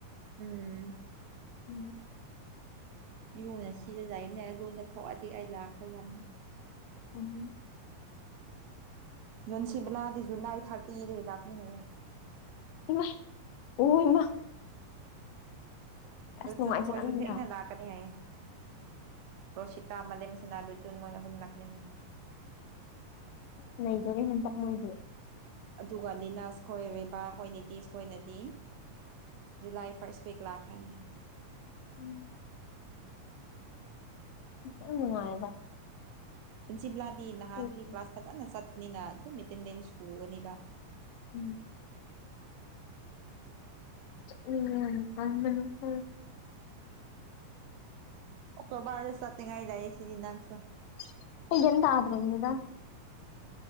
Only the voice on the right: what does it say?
ꯎꯝ
ꯌꯨꯝꯅ ꯁꯤꯗ ꯂꯩꯕꯅꯦ ꯑꯗꯣꯝꯗ ꯊꯣꯛꯑꯗꯤ ꯑꯩ ꯂꯥꯛꯈ꯭ꯔꯗ
ꯌꯟꯁꯤꯕꯂꯥꯗꯤ ꯖꯨꯂꯥꯏ ꯊꯥꯔꯇꯤ ꯗꯒꯤ ꯂꯥꯛꯅꯦ ꯍꯥꯏꯌꯦ
ꯑꯗꯨ
ꯆꯠꯂꯨ ꯈꯣꯏꯁꯨ ꯊꯦꯡꯅ ꯂꯥꯛꯀꯅꯤ ꯍꯥꯏꯌꯦ ꯔꯣꯁꯤꯇꯥ ꯃꯥꯂꯦꯝꯁꯤꯅꯥ ꯂꯨꯆꯨ ꯃꯣꯏ ꯑꯍꯨꯝ ꯂꯥꯛꯃꯤꯟꯅꯅꯤ
ꯑꯗꯨꯒ ꯂꯤꯅꯥꯁ ꯈꯣꯏ ꯔꯦꯕꯥ ꯈꯣꯏ ꯅꯤꯇꯤꯁ ꯈꯣꯏꯅꯗꯤ ꯖꯨꯂꯥꯏ ꯐꯥꯔꯁ ꯋꯤꯛ ꯂꯥꯛꯈ꯭ꯔꯅꯤ
ꯁꯨꯟꯁꯤꯕꯂꯥꯗꯤ ꯅꯍꯥꯟꯗꯒꯤ
ꯀ꯭ꯂꯥꯁ ꯐꯖꯅ ꯆꯠꯄꯅꯤꯅ ꯑꯗꯨꯝ ꯑꯦꯇꯦꯟꯗꯦꯟꯁ ꯁꯨꯒꯅꯦꯕ
ꯑꯣꯛꯇꯣꯕꯔꯗ ꯆꯠꯅꯤꯡꯉꯥꯏ ꯂꯩꯁꯤꯗꯤ ꯅꯪꯁꯨ